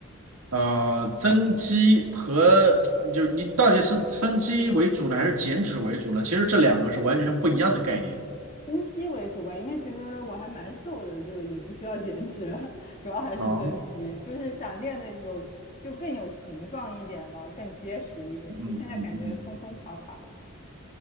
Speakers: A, on the right; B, on the left.
A: 呃，增肌和就你到底是增肌为主呢，还是减脂为主呢？其实这两个是完全不一样的概念。
B: 增肌为主吧，因为其实我还蛮瘦的，就也不需要减脂，<laughs> 主要还是增肌，
A: 哦，
B: 就是想练的有，就更有形状一点吧，更结实一点。
A: 嗯嗯嗯。
B: 就现在感觉松松垮垮的